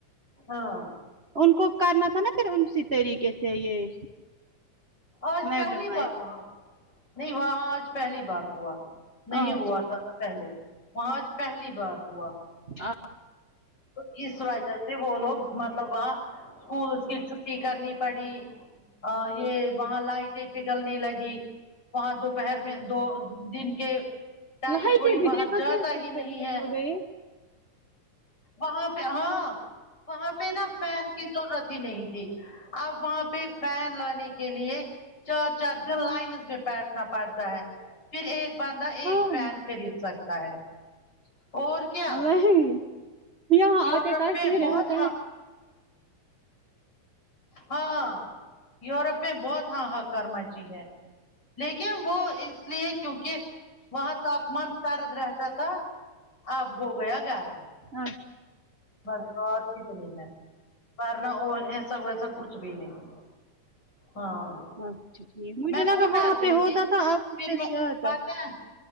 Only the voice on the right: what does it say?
ان کو کرنا تھا نا پھر اسی طریقے سے یہ
میگڈمائز
اچھا
<unintelligible>
لائٹیں
بھی
دیکھا
کیسے
پگل
گئی
ہائے
وہی یہاں
آتے کاشمیر
یہاں پے
ہاں
اچھا ٹھیک مجھے
لگا
وہاں
پہ ہوتا
تھا اب اس
سے
زیادہ